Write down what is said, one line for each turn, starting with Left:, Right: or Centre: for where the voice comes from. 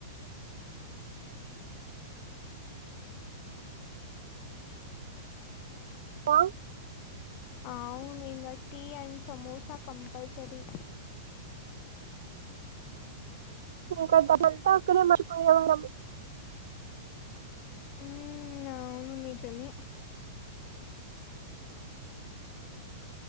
Left: సౌండ్
Right: ఆ
Left: అవును ఇంకా టీ అండ్ సమోసా కంపల్సరీ
Right: ఇంకా డబ్బంతా అక్కడే మర్చిపోయే వాళ్ళము
Left: ఉ అవును నిజమే